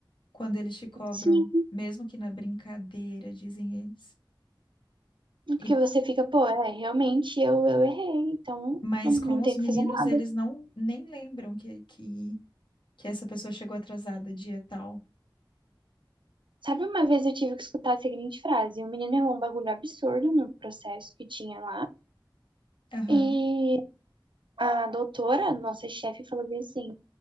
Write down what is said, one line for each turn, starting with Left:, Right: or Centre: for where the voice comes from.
Left: quando eles te cobram,
Right: Sim,
Left: mesmo que na brincadeira, dizem eles. E,
Right: Porque você fica, pô, é, realmente eu, eu errei, então
Left: mas
Right: não, não
Left: com os
Right: tenho
Left: meninos,
Right: que fazer nada.
Left: eles não nem lembram que, que, que essa pessoa chegou atrasada dia tal.
Right: Sabe, uma vez eu tive que escutar a seguinte frase: o menino errou um bagulho absurdo no processo que tinha lá,
Left: Aham.
Right: e a doutora, nossa chefe, falou bem assim: